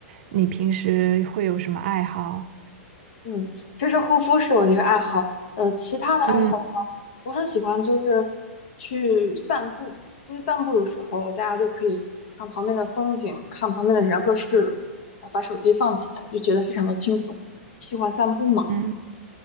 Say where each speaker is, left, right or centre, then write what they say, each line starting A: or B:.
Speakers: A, on the right; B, on the left.
A: 你平时会有什么爱好？
B: 嗯，这是护肤是我一个爱好，呃，其他的爱好的话，
A: 嗯
B: 我很喜欢就是去散步，因为散步的时候大家就可以看旁边的风景，看旁边的人和事，啊，把手机放起来，就觉得非常的轻松。喜欢散步吗？
A: 嗯。